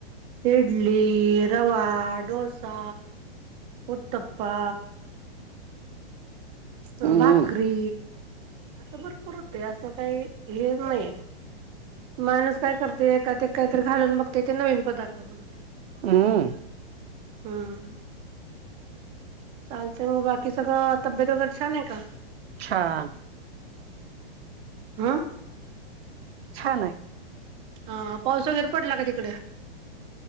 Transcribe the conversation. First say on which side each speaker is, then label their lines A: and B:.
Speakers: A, on the right; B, on the right.
A: इडली रवा डोसा, उतपा,
B: हम्म
A: अ भाकरी, असं भरपूर होत असं काही हे नाही. माणूस काय करते, एकातएक काहीतरी घालून बघते ते नवीन पदार्थ बनते.
B: हम्
A: हम चालतंय मग बाकी सगळं तब्येत वगैरे छान आहे का.
B: अ्छा
A: हम
B: छान आहे.
A: हा पाऊस वगैरे पडला का तिकड